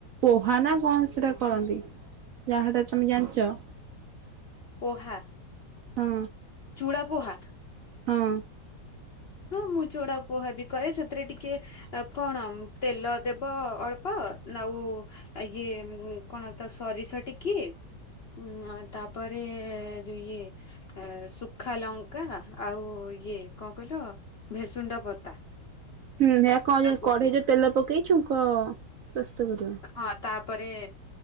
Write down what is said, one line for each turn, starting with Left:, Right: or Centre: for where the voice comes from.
Right: ପୋହା ନା କଣ ସେଟା କରନ୍ତି, ଯାହାଟା ତମେ ଜାଣିଚ?
Left: ପୋହା!
Right: ହଁ
Left: ଚୁଡାପୋହା।
Right: ହଁ।
Left: ହଁ ମୁଁ ଚୁଡା ପୋହାବି କରେ ସେଥିରେ ଟିକେ ଆଉ କଣ ତେଲ ଦେବ ଅଳ୍ପ ଆଉ ଆ ଇଏ କଣ ତ ସରିଷ ଟିକିଏ ହୁଁ ତାପରେ ଯଉ ଇଏ ଏ ସୁଖା ଲଙ୍କା ଆଉ ଇଏ କଣ କହିଲ ଭେସୁଣ୍ଡା ପତା
Right: ହୁଁଏହା
Left: ତାକୁ
Right: କଢେଇରେ ତେଲ ପକେଇ ଛୁଙ୍କ ବ୍ୟସ୍ତ କରିବ
Left: ହଁ ତାପରେ